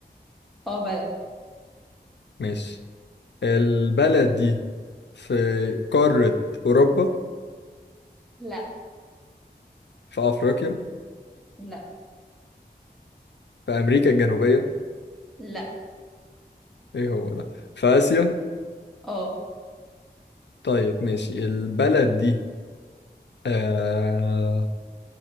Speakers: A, in the centre; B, on the left.
A: اه بلد
B: ماشي البلد دي في قاره اوروبا
A: لا
B: في افريقيا
A: لا
B: في امريكا الجنوبيه
A: لا
B: ايه هو ده في اسيا
A: اه
B: طيب ماشي البلد دي آه